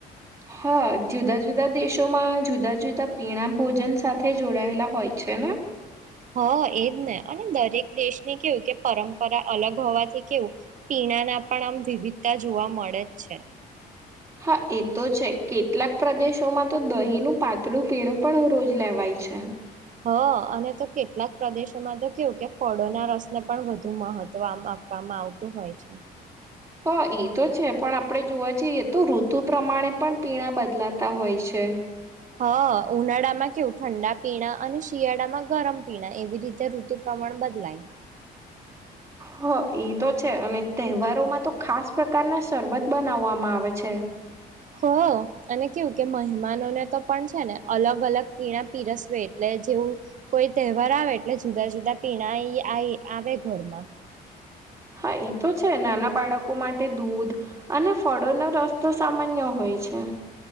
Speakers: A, on the right; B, on the right.
A: હા જુદા જુદા દેશોમાં જુદા જુદા પીણા ભોજન સાથે જોડાયેલા હોય. છેને.
B: હ એજ ને અને દરેક દેશની કેવું કે પરંપરા અલગ હોવાથી કેવું પીણા ના પણ આમ વિવિધતા જોવા મળે જ છે
A: હા એ તો છે કેટલાક પ્રદેશોમાં તો દહીંનું પાતળું પીણું પણ રોજ લેવાયેલ અ છેા
B: હ અને તો કેટલાક પ્રદેશોમાં તો કેવું કે ફળોના રસને પણ વધુ મહત્વમાં આવે. આપવામાં આવતું હોય છે.
A: હ તો છે પણ આપણેે જોવા જઈએ તો ઋતુ પ્રમાણે પણ પીણા બદલાતા હોય છે <inaudible>
B: હ ઉનાળામાં કેવું ઠંડા પીણા અને શિયાળા માં ગરમ પીણા એવી રીતે ઋતુ પ્રમા બદલાય
A: હ તો છે અને તહેવારોમાં તો ખાસ પ્રકારના શરબત બનાવવામાં આવે છે
B: હ અને કેવું કે મહેમાનોને તો પણ છે ને અલગ અલગ પીણા પીરસવે એટલે જેવું કોઈ તહેવાર આવે એટલે જુદા જુદા પીણા આવે ઘરમાં
A: હા એ તો છે નાના બાળકો માટે દૂધ અને ફળોનોો રસ તો સામાન્ય હોય પી છેા